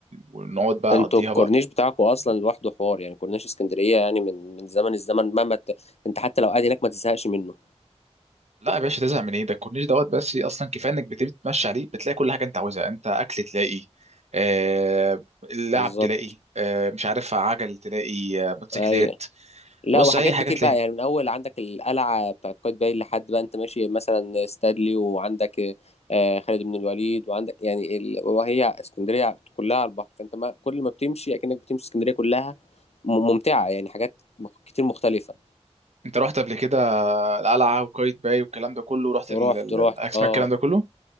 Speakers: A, on the right; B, on the left.
A: ونقعد بقى
B: انتوا
A: نقضيها
B: الكورنيش
A: بقى
B: بتاعكم اصلا لوحده حوار يعني كورنيش اسكندريه يعني من من زمن الزمن مهما ت... انت حتى لو قاعد هناك ما تزهقش منه
A: لا يا باشا تزهق من ايه ده الكورنيش دوت بس اصلا كفايه انك بتبتدي تمشي عليه بتلاقي كل حاجه انت عاوزها انت اكل تلاقي آه اللعب
B: بالظبط
A: تلاقي آه مش عارف عجل تلاقي آه موتوسيكلات
B: ايوه لا
A: بص
B: وحاجات
A: اي حاجه
B: كتير
A: تلاقي
B: بقى يعني من اول عندك القلعه بتاعت قايتباي لحد بقى انت ماشي مثلا ستادلي وعندك آه، خالد بن الوليد وعندك يعني ال... وهي اسكندريه كلها على البحر فانت ما كل ما بتمشي اكنك بتمشي اسكندريه كلها م- ممتعه يعني حاجات مخ- كتير مختلفه
A: انت رحت قبل كده القلعه وقايتباي باي والكلام ده كله رحت ال-
B: رحت
A: ال-
B: رحت
A: الاسماك
B: اه
A: الكلام ده كله